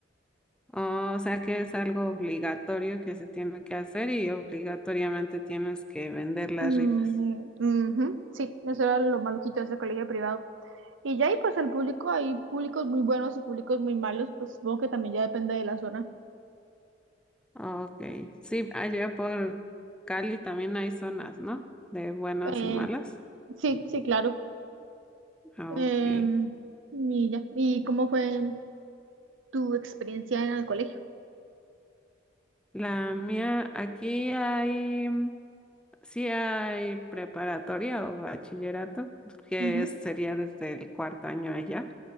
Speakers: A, in the centre; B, on the right.
A: O sea que es algo obligatorio que se tiene que hacer y obligatoriamente tienes que vender las
B: Mm,
A: rifas.
B: ujú, Sí, eso era lo maluquito de ese colegio privado. Y ya ahí, pues el público, hay públicos muy buenos y públicos muy malos, pues supongo que también ya depende de la zona.
A: Ok, sí, allá por Cali también hay zonas, ¿no? De buenas
B: Eh,
A: y malas.
B: sí, sí, claro.
A: Ok.
B: Eh, y ya. ¿Y cómo fue tu experiencia en el colegio?
A: La mía, aquí hay, mm, sí hay preparatoria o bachillerato, que
B: Ujú,
A: es- sería desde el cuarto año allá.